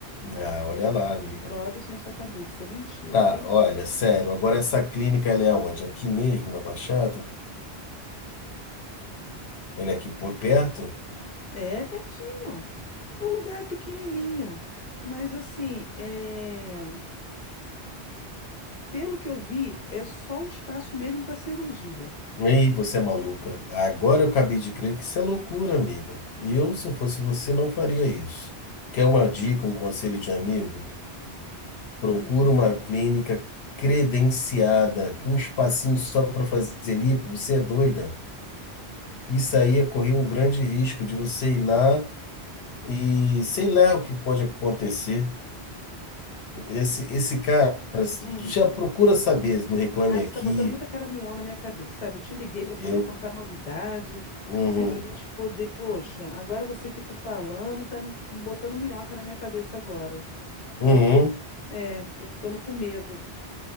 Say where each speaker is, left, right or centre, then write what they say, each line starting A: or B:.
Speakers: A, on the left; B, on the left.
A: Ah, olha lá, amiga.
B: Bota isso na sua cabeça, isso é mentira.
A: Tá,
B: Quem te-
A: olha, sério, agora
B: Hum.
A: essa clínica ela é onde? Aqui mesmo, na Baixada? Ela é aqui por perto?
B: É pertinho. O lugar é pequenininho, mas assim, é... pelo que eu vi, é só o espaço mesmo para cirurgia.
A: Ei, você é maluca. Agora eu acabei de crer que isso é loucura, amiga. Eu, se eu fosse você, não faria isso. Quer uma dica, um conselho de amigo? Procura
B: Hum,
A: uma clínica credenciada, com um espacinho só para fazer lipo, você é doida. Isso aí é correr um grande risco de você ir lá e sei lá o que pode acontecer. Esse, esse cara
B: hum.
A: já procura saber no Reclame
B: Ah,
A: Aqui.
B: você tá botando muita caraminhola na minha cabeça, sabe? Eu te liguei para poder
A: Eu,
B: contar novidade,
A: uhum,
B: assim, pra gente poder, poxa, agora você fica falando, tá botando minhoca na minha cabeça agora. Tá...
A: uhum,
B: É, tô ficando com medo.